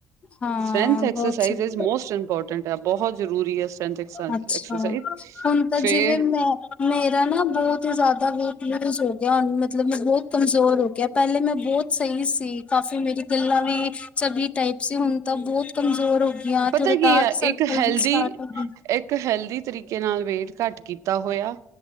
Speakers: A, on the left; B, on the right.
A: ਹਾਂ
B: ਸਟਰੈਂਥ ਅਸਰਸਾਈ
A: ਬਹੁਤ
B: ਮੋਸਟ ਇੰਪੋਰਟੈਂਟ ਟੈਂਟ ਬਹੁਤ ਜ਼ਰੂਰੀ ਹੈ। ਐਕਸਰਸਾਈਜ਼
A: ਅੱਛਾ ਹੁਣ ਤਾਂ
B: ਫੇਰ
A: ਜਿਵੇਂ ਮੈਂ ਮੇਰਾ ਨਾ ਬਹੁਤ ਹੀ ਜ਼ਿਆਦਾ ਦਾ ਵੇਟ ਲੂਜ ਹੋ ਗਿਆ ਮਤਲਬ ਮੈਂ ਬਹੁਤ ਕਮਜ਼ੋਰ ਹੋ ਗਿਆ ਪਹਿਲੇ ਮੈਂ ਬਹੁਤ ਸਹੀ ਸੀ ਕਾਫੀ ਮੇਰੀ ਗੱਲਾਂ ਵੀ ਚਵੀ ਟਾਈਪ ਸੀ ਹੁਣ ਤਾਂ ਬਹੁਤ ਕਮਜ਼ੋਰ ਗਈਆਂ
B: ਪਤਾ
A: ਥੋੜੇ
B: ਕੀ
A: ਡਾਰਕ
B: ਆ
A: ਸਰਕਲ
B: ਇੱਕ ਹੈਲਦੀ
A: ਵੀ ਸਟਾਰਟ
B: ਇੱਕ
A: ਹੋ ਗਏ।
B: ਇੱਕ ਹੈਲਦੀ ਤਰੀਕੇ ਨਾਲ ਵੇਟ ਘੱਟ ਕੀਤਾ ਹੋਇਆ।